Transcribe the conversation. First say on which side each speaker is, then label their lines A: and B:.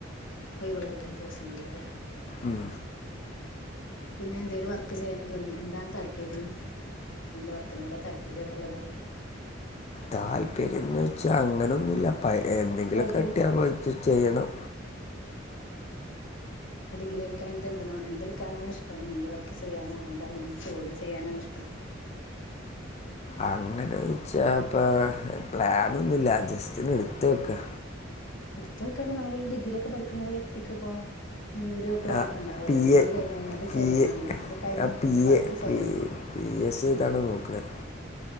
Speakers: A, on the left; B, on the left.
A: ഒയിവുളള <unintelligible> ദിവസങ്ങളിലല്ലേ
B: ഉം
A: പിന്നെ എന്തേലും വർക്ക് ചെയ്യാനി <unintelligible> എന്താണ് താല്പര്യം എന്ത് വർക്കിനോട താല്പക്കെള്ളത് താല്പര്യൊക്കെള്ളത്
B: താല്പര്യംന്ന്വെച്ചാ അങ്ങനൊന്നുല്ല പയെ എ എന്തെങ്കിലും
A: ഹോബിയോ
B: കിട്ടിയാ പോയിട്ട് ചെയ്യണം
A: ഡിഗ്രിയക്ക കയിഞ്ഞിട്ട് എന്തിനോ എന്തെടുക്കാനാണിഷ്ടം എന്ത് വർക്ക് ചെയ്യാനാണ് എന്താണ് എന്ത് ജോലി ചെയ്യാനാണ് ഇഷ്ടം
B: അങ്ങനോയ്ച്ചാപ്പ പ്ലാനൊന്നുല്ലാ ജസ് സ്റ്റൊന്നെടുത്തൊക്ക
A: എടുത്ത് വെക്കാന നമ്മളൊരു ഡിഗ്രിയൊക്കെ പഠിക്കുന്നൊരു വ്യക്തിക്കിപ്പോ ഇന്നൊരു പ്ലാനൊക്കിണ്ടാവുവല്ലോ
B: ഞാൻ പി
A: ഡിഗ്രി
B: എ
A: കഴിഞ്ഞ ഇന്നത്
B: പി
A: ചെയ്യണം
B: എ
A: അത് കഴിഞ്ഞ്
B: ഞാൻ പി
A: ഇന്ന വർക്ക്
B: എ
A: ചെയ്യണംന്നൊക്കെ
B: പി പി എസ് ഇതാണ് നോക്കണത്